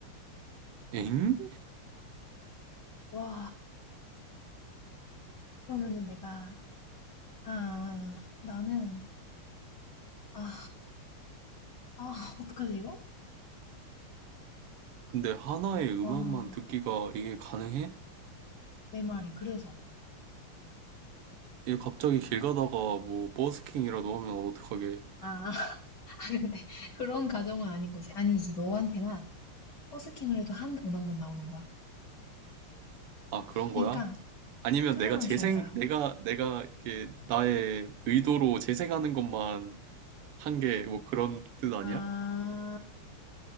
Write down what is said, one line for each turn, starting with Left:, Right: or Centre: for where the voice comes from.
Right: 엥?
Left: 와, 그러면은 내가, 아, 나는, 아, 아, 어떡하지 이거?
Right: 근데 하나의 음악만
Left: 와,
Right: 듣기가 이게 가능해?
Left: 내 말이 그래서.
Right: 이게 갑자기 길 가다가 뭐 버스킹이라도 하면 어떡하게.
Left: 아, <laughs> 근데 그런 가정은 아닌 것이 아니지. 너한테만 버스킹을 해도 한 음악만 나오는 거야.
Right: 아, 그런 거야?
Left: 그러니까
Right: 아니면
Left: 트루먼
Right: 내가 재생,
Left: 쇼인 거야.
Right: 내가, 내가 이게 나의 의도로 재생하는 것만 한 게 뭐 그런 뜻 아니야?
Left: 아,